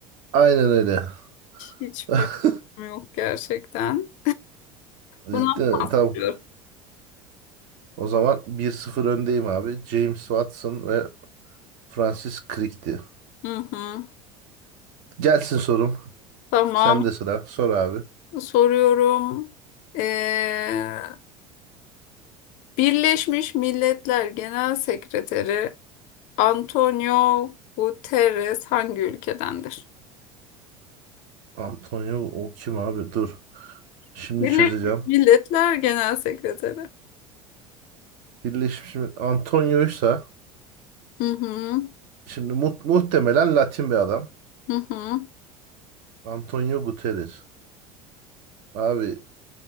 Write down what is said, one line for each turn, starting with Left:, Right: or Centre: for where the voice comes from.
Right: Aynen öyle.
Left: Hiçbir
Right: <laughs>
Left: fikrim yok gerçekten. Bunu
Right: Ciddi mi?
Left: yapıyorum.
Right: Tamam. O zaman bir sıfır öndeyim abi. James Watson ve Francis Crick'ti.
Left: Hı hı.
Right: Gelsin sorum.
Left: Tamam.
Right: Sen de sıra. Sor abi.
Left: Soruyorum. Ee, Birleşmiş Milletler Genel Sekreteri Antonio Guterres hangi ülkedendir?
Right: Antonio o kim abi? Dur. Şimdi
Left: Birleşmiş
Right: çözeceğim.
Left: Milletler Genel Sekreteri.
Right: Birleşmiş Milletler. Antonio'ysa
Left: Hı hı.
Right: Şimdi mu- muhtemelen Latin bir adam.
Left: Hı hı.
Right: Antonio Guterres. Abi